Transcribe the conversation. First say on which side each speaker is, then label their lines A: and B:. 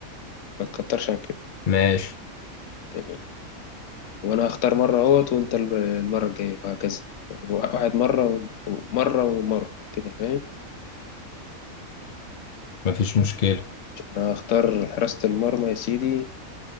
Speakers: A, on the left; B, on the left.
A: ما تكترش عن كده
B: ماشي
A: تمام وأنا هختار مرة أهوت وأنت ال- المرة الجاية وهكذا يعني واحد مرة ومرة ومرة كده فاهم؟
B: مفيش مشكلة
A: أنا هختار حراسة المرمى يا سيدي